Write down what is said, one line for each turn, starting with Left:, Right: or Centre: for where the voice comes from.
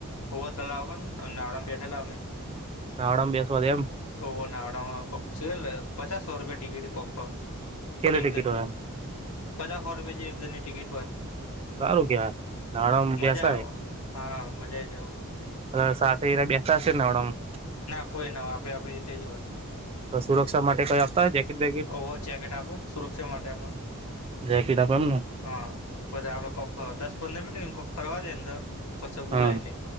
Left: હો તલા હોન નાવડામાં બેઠેલામેમે.
Right: નાડામ બેસવાે એમ?
Left: ઓ નાવડામાં પચાસસો રૂપિયા ટિકિટ કોખો.
Right: કેલ ટટેકટવા.
Left: એક જણને પચાસ સો રૂપિયા જેની ટિકિટ હોય,
Right: સારું કેવાય નાવડામાં
Left: હમ મજા
Right: બેસાય
Left: આવે. હા મજા જાવ.
Right: હ સાથે એરા બેતાશે ને હડ.
Left: ના કોઈ ના હોય આપડે આપડી રીતે જોવા.
Right: તો સુરક્ષા માટે કોઈ આપતા. બેકેટ
Left: ઓ ચેકેટ આપણ સુરક્ષા માટે આપ.
Right: જેકેટ આપે એમને
Left: હા, પછી આપડે કોક દસ પંદર મિનિટ કોક ફરવા દે અંદર. કસ બોલાય
Right: હા
Left: લ,